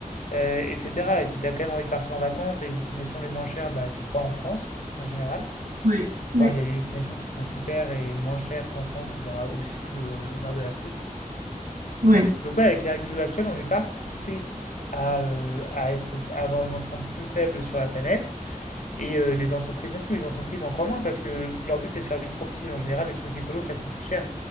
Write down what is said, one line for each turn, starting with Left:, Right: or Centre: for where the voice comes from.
Left: euh, etc. Et puis t'as quand même envie de partir en vacances, les destinations les moins chères, bah, elles ne sont pas en France, en général.
Right: oui, oui,
Left: Enfin, il y a des destinations qui sont super et moins chères qu'en France, genre au sud, euh, ou au nord de l'Afrique.
Right: oui,
Left: Donc ouais, avec les règles du jeu actuelles, on n'est pas poussé à, euh, à être, à avoir une empreinte plus faible sur la planète, et euh, les entreprises non plus, les entreprises encore moins, parce que leur but c'est de faire du profit. En général, les trucs écolos, ça coûte plus cher.